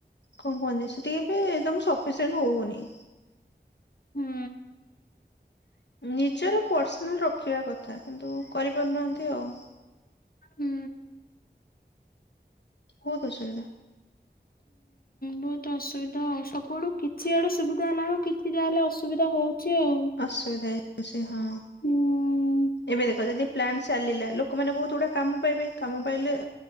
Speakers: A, on the left (about 75°); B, on the left (about 55°).
A: କଣ କୁହନ୍ତି ସେ ଟିକେ ବି ସଫିସିଏଣ୍ଟ ହଉନି।
B: ହୁଁ
A: ନିଜର ପର୍ସନାଲ ରଖିବା କଥା କିନ୍ତୁ କରିପାରୁନାହାନ୍ତି ଆଉ।
B: ହୁଁ
A: ହଉ ତ ସୁବିଧା <inaudible>
B: ବତ ଅସୁବିଧା ଆଉ ସବୁଆଡୁ କିଛି ଆଡୁ ସୁବିଧା ହେଲାଣିୁ କିଛି ଯାହେଲେ ଅସୁବିଧା ହଉଛି ଆଉ।
A: ଅସୁବିଧା ହେଇଯାଉଛି ହଁ
B: ହୁଁ।
A: ଏବେ ଦେଖ ଯଦି ପ୍ଲାନ ଚାଲିଲା ଲୋକମାନେ ବହୁତ ଗୁଡା କାମ ପାଇବେ। କାମ ପାଇଲେ